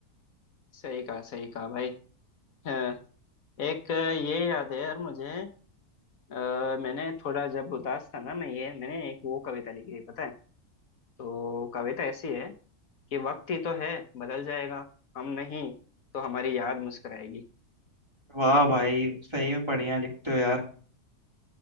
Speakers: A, on the left; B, on the right.
A: सही कहा सही कहा भाई हाँ एक अ, ये याद है यार मुझे आ, मैंने थोड़ा जब उदास था ना मैं ये मैंने एक वो कविता लिखी थी पता है तो कविता ऐसी है कि वक्त ही तो है बदल जाएगा हम नहीं तो हमारी याद मुस्कुराएगी
B: वाह भाई सही में बढ़िया लिखते हो यार